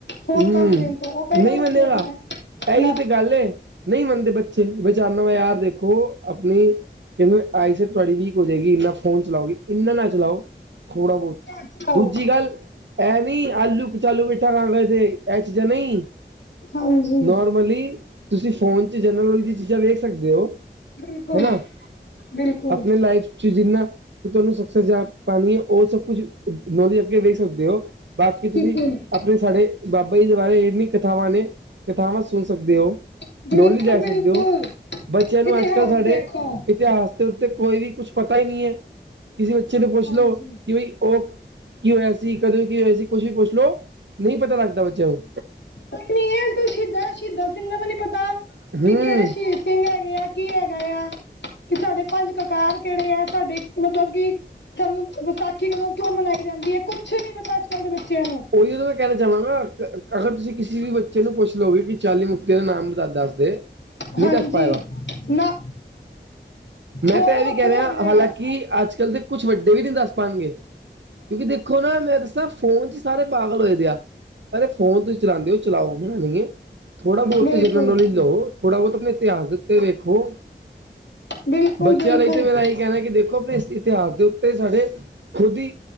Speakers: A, on the left; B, on the right.
A: ਫੋਨ
B: ਹਮ
A: ਕੰਮ ਦੇਣ ਤੋਂ ਉਹ ਕਹੇਗਾ
B: ਨਹੀਂ
A: ਮੈਂ
B: ਮੰਨੇਗਾ
A: ਤਾਂ ਦੇਖਣਾ ਹੈ
B: ਐਹੀਓ
A: ਨਾ।
B: ਤੇ ਗੱਲ ਏ ਨਹੀਂ ਮੰਨਦੇ ਬੱਚੇ ਵੇਚਚਾਨਾ <unintelligible> ਆ ਦੇਖੋ ਆਪਣੀ ਕਹਿੰਦੇ ਆਈ ਸਾਈਡ ਤੁਹਾਡੀ ਵੀਕ ਹੋ ਜਾਏਗੀ ਇੰਨਾ ਫੋਨ ਚਲਾਓਗੀ ਇੰਨਾ ਨਾ ਚਲਾਓ ਥੋੜ੍ਹਾ ਬਹੁਤ
A: ਘਰ ਚਲਾਓ।
B: ਦੂਜੀ ਗੱਲ ਇਹ ਨੀ ਆਲੂ ਕਚਾਲੂ ਬੇਟਾ ਕਹਾ ਗਏ ਐ ਚੀਜਾਂ ਨਹੀਂ
A: ਹਾਂਜੀ
B: ਨੋਰਮਲੀ ਤੁਸੀਂ ਫੋਨ ਚ ਜਰਨਲ ਨੋਲਜ ਦੀ ਚੀਜ਼ਾਂ ਵੇਖ ਸਕਦੇ ਹੋ
A: ਬਿਲਕੁਲ
B: ਹੈਣਾ
A: ਬਿਲਕੁਲ
B: ਆਪਣੀ ਲਾਈਫ ਤੁਸੀ ਜਿੰਨਾ ਤੁਹਾਨੂੰ ਸਸ ਜਾ ਪਾਣੀ ਹੈ <unintelligible> ਉਹ ਸਭ ਕੁਛ ਅੱਗੇ ਵੇਖ ਸਕਦੇ ਹੋ ਬਾਕੀ
A: ਬਿਲਕੁਲ
B: ਤੁਸੀਂ ਆਪਣੇ ਸਾਡੇ ਬਾਬਾ ਜੀ ਦੇ ਬਾਰੇ ਇੰਨੀ ਕਥਾਵਾਂ ਨੇ ਕਥਾਵਾਂ ਸੁਣ ਸਕਦੇ ਹੋ
A: ਬਿਲਕੁਲ
B: ਨੌਲੇਜ ਲੇ
A: ਬਿਲਕੁਲ
B: ਸਕਦੇ ਹੋ ਬੱਚਿਆਂ ਨੂੰ
A: ਇਤਿਹਾਸ
B: ਅੱਜ ਕੱਲ੍ਹ ਸਾਡੇ
A: ਦੇਖੋ
B: ਇ ਇਤਿਹਾਸ ਦੇ ਉੱਤੇ ਕੋਈ ਵੀ ਕੁਛ ਪਤਾ ਹੀ ਨਹੀਂ ਹੈ ਕਿਸੇ ਬੱਚੇ ਨੂੰ ਪੁੱਛ
A: ਹਾਂਜੀ
B: ਲਓ ਕਿ ਬਈ ਉਹ ਕੀ ਹੋਇਆ ਸੀ ਕਦੋਂ ਕੀ ਹੋਇਆ ਸੀ ਕੁਛ ਵੀ ਪੁੱਛ ਲੋ ਨਹੀਂ ਪਤਾ ਲੱਗਦਾ ਬੱਚਿਆਂ ਨੂੰ
A: ਕੋ ਨੀ <unintelligible> ਅੱਜ ਕੱਲ ਸ਼ਹੀਦਾਂ ਸ਼ਹੀਦਾਂ ਸਿੰਘਾਂ ਦਾ ਨੀ ਪਤਾ
B: ਹੂੰ
A: ਕਿ ਕਿਹੜੇ ਸ਼ਹੀਦ ਸਿੰਘ ਹੈਗੇ ਆ ਕੀ ਹੈਗਾ ਆ ਕਿ ਸਾਡੇ ਪੰਜ ਕਕਾਰ ਕਿਹੜੇ ਆ ਸਾਡੇ ਮਤਲਬ ਕਿ ਸਾਨੂੰ ਵਿਸਾਖੀ ਕਦੋਂ ਕਿਉਂ ਮਨਾਈ ਜਾਂਦੀ ਹੈ ਕੁੱਛ ਨੀ ਪਤਾ ਅੱਜ ਕੱਲ੍ਹ ਦੇ ਬੱਚਿਆਂ ਨੂੰ
B: ਉਹੀ ਉਹ ਤਾਂ ਮੈਂ ਕਹਿਣਾ ਚਾਹਵਾਂਗਾ ਅਗਰ ਤੁਸੀਂ ਕਿਸੇ ਵੀ ਬੱਚੇ ਨੂੰ ਪੁੱਛ ਲਓਗੇ ਕਿ ਚਾਲੀ ਮੁਕਤਿਆਂ ਦਾ ਨਾਮ ਦ ਦਸ ਦੇ
A: ਹਾਂਜੀ
B: ਨਹੀਂ ਦੱਸ ਪਾਏਗਾ
A: ਨਾ
B: ਮੈਂ
A: ਹੋਰ
B: ਤਾਂ ਐਹ ਵੀ
A: ਹੱਸਣ
B: ਕਹਿ ਰਿਹਾ
A: ਲੱਗ ਜਾਏਗਾ
B: ਹਾਲਾਂਕਿ ਅੱਜ ਕੱਲ੍ਹ ਦੇ ਕੁਛ ਵੱਡੇ ਵੀ ਨਹੀਂ ਦੱਸ ਪਾਣਗੇ ਕਿਉਂਕਿ ਦੇਖੋ ਨਾ ਮੈਂ ਦੱਸਾਂ ਫੋਨ ਚ ਸਾਰੇ ਪਾਗਲ ਹੋਏ ਦੇ ਆ ਪਰਰੇ ਫੋਨ ਦ ਚਲਾਂਦੇ ਓ ਚਲਾਓ <unintelligible> ਥੋੜਾ ਬਹੁਤ
A: ਬਿਲਕੁਲ
B: ਜਨਰਲ ਨੌਲੇਜ ਲਓ ਥੋੜਾ ਬਹੁਤ ਆਪਣੇ ਇਤਿਹਾਸ ਦੇ ਉੱਤੇ ਦੇਖੋ
A: ਬਿਲਕੁਲ
B: ਬੱਚਿਆਂ
A: ਬਿਲਕੁਲ
B: ਲਈ ਤੇ ਮੇਰਾ ਇਹੀ ਕਹਿਣਾ ਕਿ ਦੇਖੋ ਆਪਣੇ ਇਤਿਹਾਸ ਦੇ ਉੱਤੇ ਸਾਡੇ ਖੁਦ ਹੀ